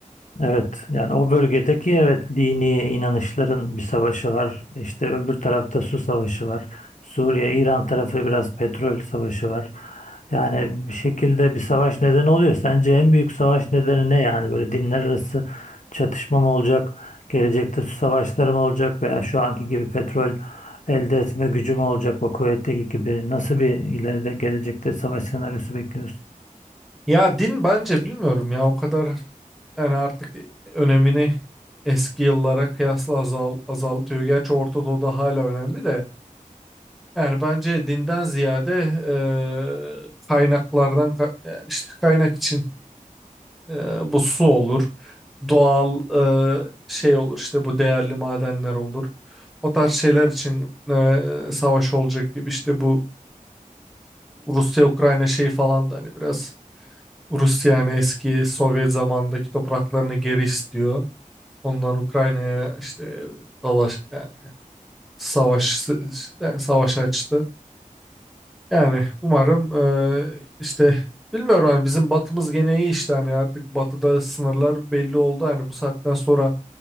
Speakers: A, on the left; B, in the centre.
A: Evet yani o bölgedeki evet dini inanışların bir savaşı var. İşte öbür tarafta su savaşı var. Suriye, İran tarafı biraz petrol savaşı var. Yani bir şekilde bir savaş nedeni oluyor. Sence en büyük savaş nedeni ne yani? Böyle dinler arası çatışma mı olacak? Gelecekte su savaşları mı olacak? Veya şu anki gibi petrol elde etme gücü mü olacak o kuvvetteki gibi? Nasıl bir ileride gelecekte savaş senaryosu bekliyorsun?
B: Ya din bence bilmiyorum ya o kadar yani artık önemini eski yıllara kıyasla azal, azaltıyor. Gerçi Orta Doğu'da hala önemli de. Yani bence dinden ziyade e, kaynaklardan ka- yani işte kaynak için E, bu su olur, doğal e, şey olur işte bu değerli madenler olur. O tarz şeyler için e, savaş olacak gibi işte bu Rusya-Ukrayna şeyi falan da hani biraz Rusya yani eski Sovyet zamandaki topraklarını geri istiyor. Ondan Ukrayna'ya işte dalaş yani savaş yani savaş açtı. Yani umarım eee, işte bilmiyorum hani bizim batımız gene iyi işte hani artık batıda sınırlar belli oldu. Hani bu saatten sonra